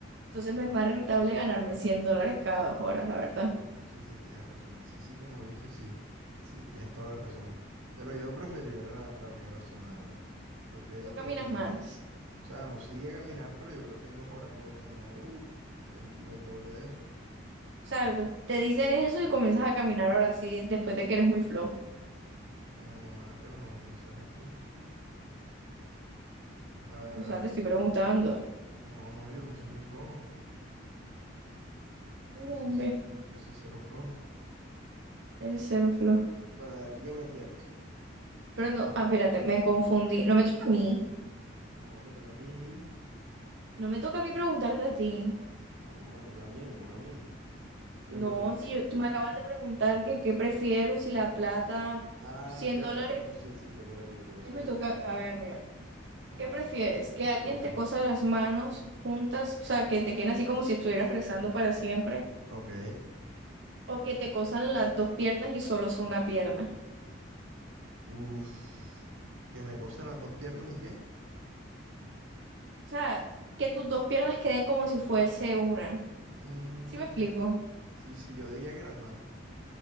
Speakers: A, on the right (about 60°); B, on the right (about 90°).
A: Entonces me
B: bueno,
A: es más rentable ganarme 100 dólares cada dos horas, la verdad.
B: sí, sí, tienes razón. Así sí, como lo dices, sí. Sí, tienes toda la razón. Pero yo preferiría la, la primera opción, la verdad. Creo que
A: Tú
B: puedo
A: caminas
B: caminar.
A: más.
B: O sea, no sigue a caminar, pero yo creo que en dos horas puedo caminar, uff, el, el doble de eso.
A: O sea, te dicen eso y comienzas a caminar ahora sí, después de que eres muy flojo.
B: No, ah, pero no, no seas así. A ver,
A: O
B: a
A: sea,
B: ver.
A: te estoy preguntando.
B: No, no, yo no soy muy flojo.
A: No,
B: Yo sí,
A: hombre,
B: s- yo sí cero flojo.
A: eres cero flojo.
B: Bueno, a ver, ¿tú qué prefieres?
A: Pero no,
B: Es-
A: ah, espérate, me confundí. No me toca a mí.
B: No, me toca a mí.
A: No me toca a mí preguntarte a ti.
B: No, me toca a mí, me toca a mí. Sí,
A: No,
B: me pregunto.
A: si yo, tú me acabas de preguntar que qué prefiero, si la plata,
B: Ah,
A: 100
B: cierto,
A: dólares,
B: cierto. Sí, sí, te toca a ti, te toca
A: ¿qué
B: a ti.
A: me
B: dale,
A: toca?
B: dale.
A: A ver, mira,
B: Ajá.
A: ¿qué prefieres? ¿Que alguien
B: Ok.
A: te cosa las manos juntas, o sea, que te queden así como si estuvieras rezando para siempre?
B: Ok.
A: ¿O que te cosan las dos piernas y solo son una pierna?
B: Uf. Que me cosan las dos piernas y qué.
A: O sea, que tus dos piernas queden como si fuese una.
B: Mm,
A: ¿Sí me explico?
B: sí, sí, yo diría que las manos.